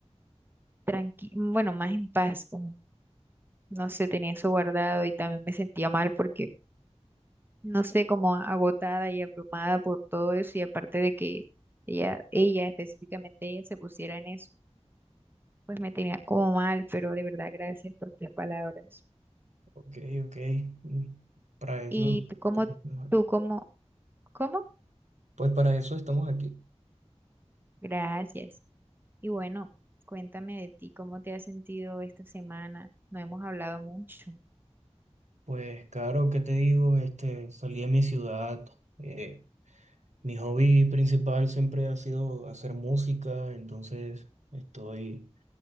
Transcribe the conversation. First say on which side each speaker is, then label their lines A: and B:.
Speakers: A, on the right (about 20°); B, on the right (about 80°).
A: tranqui, bueno, más en paz. como, no sé, tenía eso guardado y también me sentía mal porque no sé, como agotada y abrumada por todo eso y aparte de que ella, ella específicamente ella se pusiera en eso, pues me tenía como mal, pero de verdad gracias por tus palabras.
B: Ok, ok, mm, para eso,
A: Y tú como,
B: pues, estamos aquí.
A: tú como, ¿cómo?
B: Pues para eso estamos aquí.
A: Gracias. Y bueno, cuéntame de ti, ¿cómo te has sentido esta semana? No hemos hablado mucho.
B: Pues claro, ¿qué te digo? Este, salí de mi ciudad, eh, Mi hobby principal siempre ha sido hacer música, entonces estoy